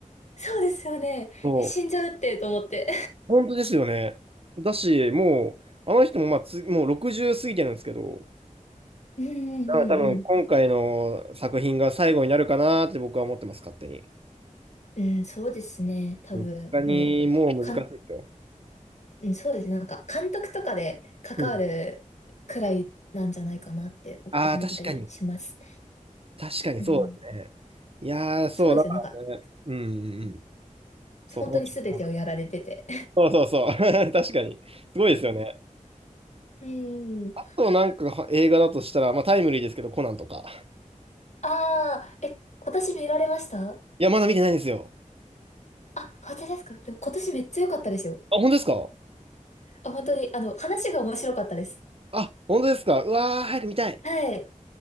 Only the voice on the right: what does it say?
そう。
本当ですよね。だし、もう、あの人もまあつ、もう60過ぎてるんですけど、
なので多分今回の作品が最後になるかなって僕は思ってます、勝手に。
うん他にもう難しいですよ。
うん。ああ、確かに。確かにそうですね。
いやー、そう、
だからね。
うんうんうん。
そう、
楽しみだなそうそうそう。<laughs> 確かに。すごいですよね。
あとなんかは映画だとしたら、まあタイムリーですけど、コナンとか。
いや、まだ見てないんですよ。
あ、本当ですか
あ、本当ですかうわー、早く見たい。